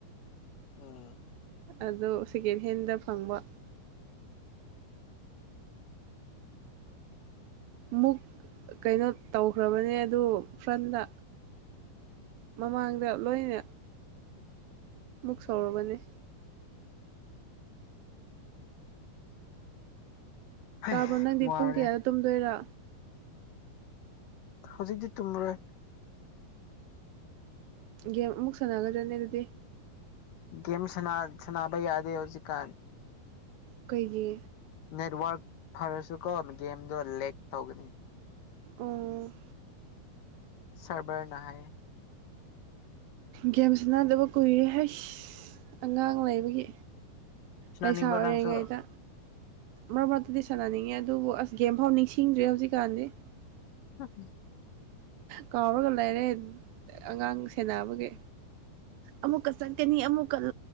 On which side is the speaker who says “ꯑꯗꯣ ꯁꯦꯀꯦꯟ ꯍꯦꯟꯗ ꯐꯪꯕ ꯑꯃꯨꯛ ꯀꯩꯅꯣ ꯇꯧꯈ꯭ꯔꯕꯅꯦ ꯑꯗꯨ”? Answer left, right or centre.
Right